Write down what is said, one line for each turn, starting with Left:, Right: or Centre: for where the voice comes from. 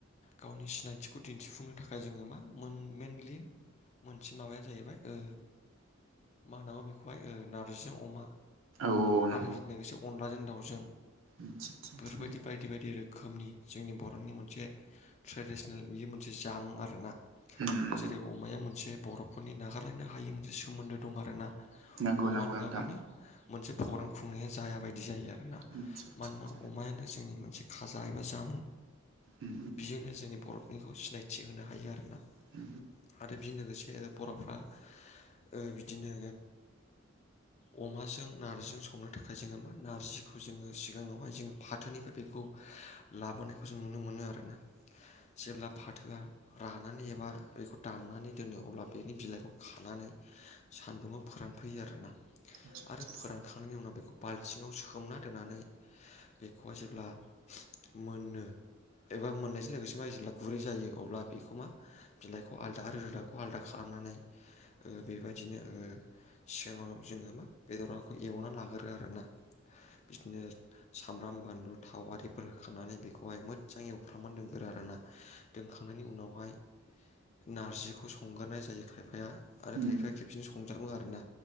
Left: गावनि सिनायथिखौ दिन्थिफुंनो थाखाय जोङो मा मोन- मेनलि मोनसे माबायानो जाहैबाय ओ मा होनांगौ बेखौहाय ओ नारजिजों अमा।
Right: औ नों
Left: आरो बेजों लोगोसे अनलाजों दाउजों
Right: आदसा आदसा आदसा
Left: बेफोरबायदि बायदि बायदि रो खोमनि जोंनि बर'नि मोनसे ट्रेडिसनेल बेयो मोनसे जामुं आरो ना।
Right: उम
Left: जेरै अमाया मोनसे बर'फोरनि नागारलायनो हायि मोनसे सोमोन्दो दं आरो ना।
Right: नंगौ
Left: अमा
Right: नंगौ
Left: नङाबानो
Right: नोंथां
Left: मोनसे प्रग्राम खुंनाया जाया बायदि जायो आरो ना
Right: आदसा आदसा
Left: मानोना
Right: आदसा
Left: अमायानो जोंनि मोनसे खाजा एबा जामुं।
Right: उम
Left: बेजोंनो जोंनि बर'निखौ सिनायथि होनो हायो आरोना। आरो
Right: उम
Left: बे लोगोसे बर'फ्रा ओ बिदिनो ओ अमाजों नारजिजों संनो थाखाय जोङो मा नारजिखौ जोङो सिगाङावहाय जोङो फाथोनिफ्राय बेखौ लाबोनायखौ जों नुनो मोनो आरो ना। जेब्ला फाथोआ रानानै एबा बेखौ दाननानै दोनो अब्ला बेनि बिलाइखौ खानानै सान्दुङाव फोरानफैयो आरो ना
Right: आदसा आदसा
Left: आरो फोरानखांनायनि उनाव बेखौ थिङाव सोमना दोननानै बेखौहाय जेब्ला मोनो एबा मोननायजों लोगोसे मा जेब्ला गुरै जायो अब्ला बेखौ मा बिलाइखौ आलदा आरो रोदाखौ आलदा खालामनानै ओ बेबायदिनो ओ सिगाङाव जोङो मा बेदरखौ एवनानै लागोरो आरो ना। बिदिनो सामब्राम बानलु थाव आरिफोर होखांनानै बेखौहाय मोजजां एवफ्राम <unintelligible> आरो ना। दोनखांनायनि उनावहाय नारजिखौ संगारनाय जायो खायफाया। आरो
Right: उम
Left: खायफाया खेबसेनो संजाबो आरो ना।